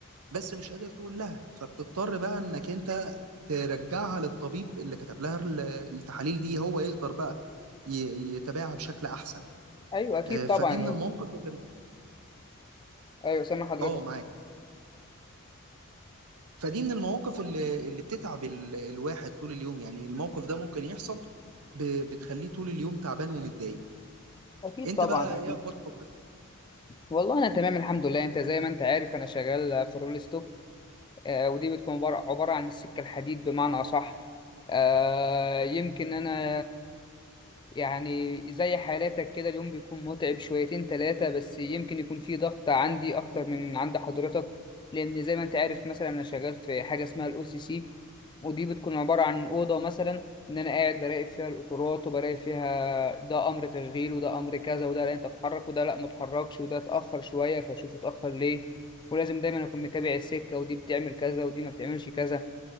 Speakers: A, on the right; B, on the left.
A: بس مش قادر تقول لها فبتضطر بقى انك انت ترجعها للطبيب اللي كتب لها ال- التحاليل دي هو يقدر بقى ي- يتابعها بشكل احسن
B: أيوه أكيد
A: آه،
B: طبعا
A: فدي من المواقف اللي
B: أيوه سامع حضرتك
A: اه معاك فدي من المواقف اللي اللي بتتعب ال- الواحد طول اليوم يعني الموقف ده ممكن يحصل ب- بتخليه طول اليوم تعبان ومتضايق
B: أكيد
A: انت
B: طبعا
A: بقى ايه
B: أكيد
A: اخبار شغلك
B: والله أنا تمام الحمد لله أنت زي ما أنت عارف أنا شغال في الرول ستوك آه، ودي بتكون عبارة عبارة عن السكة الحديد بمعنى أصح آه، يمكن أنا يعني زي حالاتك كده اليوم بيكون متعب شويتين تلاتة بس يمكن يكون فيه ضغط عندي أكتر من عند حضرتك لأن زي ما أنت عارف مثلا أنا شغال في حاجة اسمها الأو سي سي ودي بتكون عبارة عن أوضة مثلا إن أنا قاعد براقب فيها القطورات وبراقب فيها ده أمر تشغيل وده أمر كذا وده لا أنت اتحرك وده لا متحركش وده اتأخر شوية فأشوف اتأخر ليه ولازم دايما أكون متابع السكة ودي بتعمل كذا ودي ما بتعملش كذا